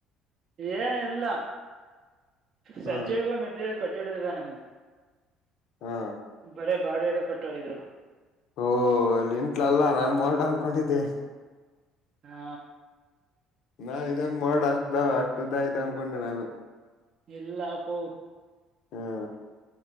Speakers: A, on the right (about 50°); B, on the left (about 60°).
A: ಏನಿಲ್ಲ ಸಜ್ಜಡ್ಗ
B: ಹಾ
A: ಮೆಟ್ಲಿ ಕಟ್ಟಿಡದ ನನ್ಗೆ.
B: ಹಾ
A: ಬರ ಗಾಡಿ ಎಲ್ಲ ಕಟ್ಟಿದ್ರು.
B: ಓಲ್ಲಿ ಇಂಟ್ಲಲ್ಲ ನಮ್ಮ ಮಾಡಡ್ ಅನ್ಕೊಂಡಿದ್ದೆ.
A: ಹಾ
B: ನಾ ಇದಂಗ ಮಾಡೋ ಅಷ್ಟದ ಅಷ್ಟ್ದ ಆಯ್ತ ಅನ್ಕೊಂಡೆ ನಾನ.
A: ಎಲ್ಲಾಪ್ಪ.
B: ಹ್ಮ್